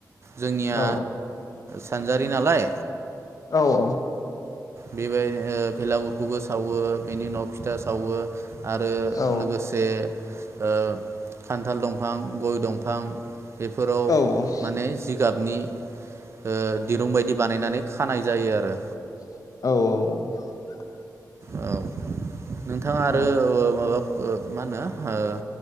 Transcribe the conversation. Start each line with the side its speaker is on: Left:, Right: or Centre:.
Right: जोंनिया
Left: औ
Right: सानजारि नालाय
Left: औ औ
Right: बेबाय ओ बेलागुरखौबो सावो बेनि उनाव फिथा सावो। आरो
Left: औ
Right: लोगोसे ओ खान्थाल दंफां गय दंफां बेफोराव
Left: औ औ
Right: माने जि गाबनि ओ दिरुं बायदि बानायनानै खानाय जायो आरो।
Left: औ औ औ
Right: औ नोंथाङा आरो
Left: औ
Right: माबा ओ मा होनो ओ